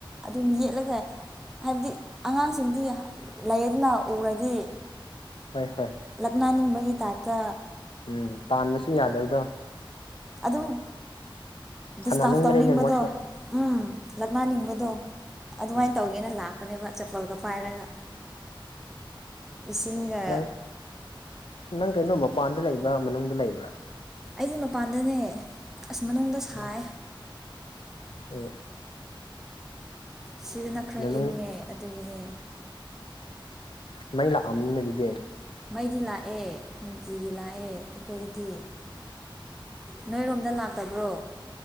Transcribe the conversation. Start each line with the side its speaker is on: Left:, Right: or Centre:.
Centre: ꯑꯗꯨꯝ ꯌꯦꯠꯂꯒ ꯍꯥꯏꯕꯗꯤ ꯑꯉꯥꯡꯁꯤꯡꯗꯤ ꯂꯥꯏꯌꯦꯡꯗꯨꯅ ꯎꯔꯗꯤ
Left: ꯍꯣꯏ ꯍꯣꯏ
Centre: ꯂꯛꯅꯅꯤꯡꯕꯒꯤ ꯇꯥꯏꯞꯇ
Left: ꯎꯝ ꯄꯥꯟꯕꯁꯨ ꯌꯥꯗꯕꯗꯣ
Centre: ꯑꯗꯨꯝ ꯗꯤꯁꯇꯥꯞ
Left: ꯁꯥꯟꯅꯅꯤꯡꯕꯅꯤꯅꯦ
Centre: ꯇꯧꯅꯤꯡꯕꯗꯣ
Left: ꯃꯣꯏꯁꯨ
Centre: ꯎꯝ ꯂꯛꯅꯅꯤꯡꯕꯗꯣ ꯑꯗꯨꯃꯥꯏꯅ
Left: ꯎꯝ
Centre: ꯇꯧꯒꯦꯅ ꯂꯥꯛꯄꯅꯦꯕ ꯆꯄꯜꯒ ꯄꯥꯏꯔꯒ ꯏꯁꯤꯡꯒ꯫
Left: ꯅꯪ ꯅꯪ ꯀꯩꯅꯣ ꯃꯄꯥꯟꯗ ꯂꯩꯕ꯭ꯔꯥ ꯃꯅꯨꯡꯗ ꯂꯩꯕ꯭ꯔꯥ꯫
Centre: ꯑꯩꯗꯤ ꯃꯄꯥꯟꯗꯅꯦ ꯑꯁ ꯃꯅꯨꯡꯗ ꯁꯥꯏ꯫
Left: ꯑꯣ ꯑꯣ꯫
Centre: ꯁꯤꯗꯅ ꯈꯔ
Left: ꯃꯅꯨꯡ
Centre: ꯏꯪꯉꯦ ꯑꯗꯨꯒꯤꯅꯦ꯫
Left: ꯃꯩ ꯂꯥꯛꯑꯕꯅꯤꯅꯦ ꯑꯗꯨꯗꯤ꯫
Centre: ꯃꯩꯗꯤ ꯂꯥꯛꯑꯦ ꯅꯨꯡꯇꯤꯒꯤ ꯂꯥꯛꯑꯦ ꯑꯩꯈꯣꯏꯗꯗꯤ꯫ ꯅꯣꯏꯔꯣꯝꯗ ꯂꯥꯛꯇꯕ꯭ꯔꯣ꯫